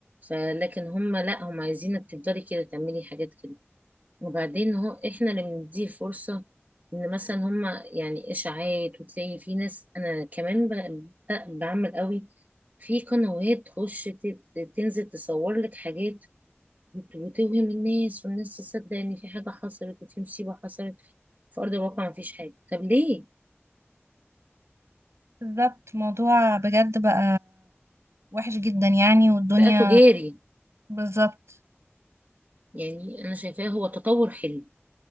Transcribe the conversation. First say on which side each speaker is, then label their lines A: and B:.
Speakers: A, on the right; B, on the right.
A: فلكن هم لا هم عايزينك تفضلي كده تعملي حاجات كده وبعدين هو احنا اللي بنديه فرصة ان مثلا هما يعني اشاعات وتلاقي في ناس انا كمان ب- ب- بعمل قوي في قنوات تخش ت- ت- تنزل تصور لك حاجات وت- وتوهم الناس والناس تصدق ان في حاجة حصلت وفي مصيبة حصلت في ارض الواقع ما فيش حاجة طب ليه
B: بالظبط موضوع بجد بقى وحش جدا يعني والدنيا
A: بقى تجاري
B: بالظبط
A: يعني انا شايفاه هو تطور حلو